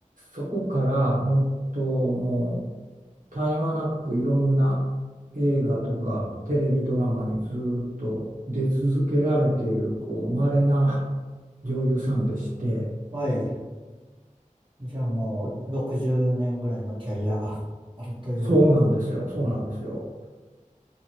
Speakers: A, on the right (about 75°); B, on the right (about 40°).
A: そこから本当もう絶え間なくいろんな映画とかテレビドラマにずっと出続けられているこう稀な
B: うん、
A: 女優さんでして
B: はい。じゃあもう、
A: お
B: 60年ぐらいのキャリアが <laughs> あるという。
A: そうなんですよそうなんですよ
B: うん